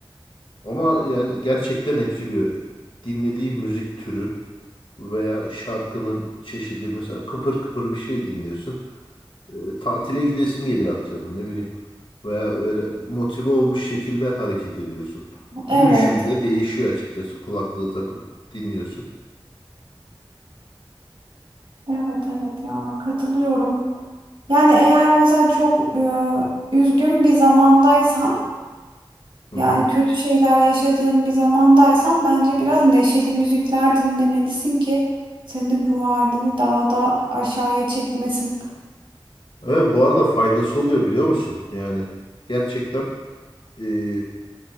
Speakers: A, on the left; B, on the right.
A: ama yani gerçekten etkiliyor. Dinlediği müzik türü veya şarkının çeşidi mesela kıpır kıpır bir şey dinliyorsun. Ee, tatile gidesin geliyor atıyorum ne bileyim. Veya öyle motive olmuş şekilde hareket ediyorsun.
B: Evet,
A: Yürüyüşün bile değişiyor açıkçası kulaklığı takıp dinliyorsun.
B: evet, evet ya katılıyorum. Yani eğer mesela çok e, üzgün bir zamandaysan,
A: Hı
B: yani
A: hı.
B: kötü şeyler yaşadığın bir zamandaysan bence biraz neşeli müzikler dinlemelisin ki senin ruh halini daha da aşağıya çekmesin.
A: Evet bu arada faydası oluyor biliyor musun? Yani gerçekten Ee,